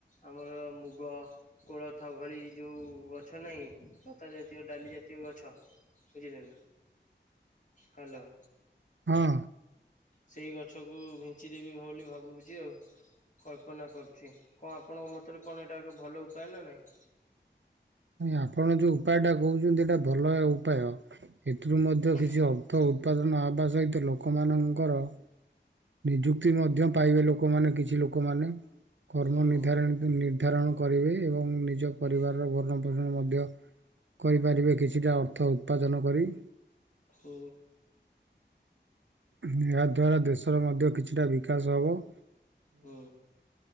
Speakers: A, on the left (about 40°); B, on the right (about 80°).
A: ଆମର ମୁଗ କୋଳଥ ଭଳି ଯୋଉ ଗଛ ଗଛ ନାହିଁ ଲତା ଜାତୀୟ ଡାଲି ଜାତୀୟ ଗଛ ବୁଝିଲେନା। ହାଲୋ।
B: ହଁ।
A: ସେଇ ଗଛକୁ ବିଞ୍ଚି ଦେବି ବୋଲି ଭାବୁଚି ଆଉ। କଳ୍ପନା କରୁଛି, କଣ ଆପଣଙ୍କ ମତରେ କଣ ଏଇଟା ଏକ ଭଲ ଉପାୟ ନା ନାଇଁ?
B: ନାଇଁ ଆପଣ ଯୋଉ ଉପାୟଟା କହୁଛନ୍ତି ଏଇଟା ଭଲ ଉପାୟ, ଏଥିରୁ ମଧ୍ୟ କିଛି
A: ହୁଁ
B: ଅ ର୍ଥ ଉତ୍ପାଦନ ହବା ସହିତ ଲୋକମାନଙ୍କର ନିଯୁକ୍ତି ମଧ୍ୟ ପାଇବେ ଲୋକମାନେ କିଛି ଲୋକମାନେ, କର୍ମ
A: ହୁଁ
B: ନିର୍ଦ୍ଧାରଣ ନିର୍ଦ୍ଧାରଣ କରିବେ ଏବଂ ନିଜ
A: ହୁଁ
B: ପରିବାରର ଭରଣ ପୋଷଣ ମଧ୍ୟ କରିପାରିବେ କିଛିଟା ଅର୍ଥ ଉତ୍ପାଦନ କରି।
A: ହୋ।
B: ଏହାଦ୍ୱାରା ଦେଶର ମଧ୍ୟ କିଛିଟା ବିକାଶ ହବ।
A: ହଁ।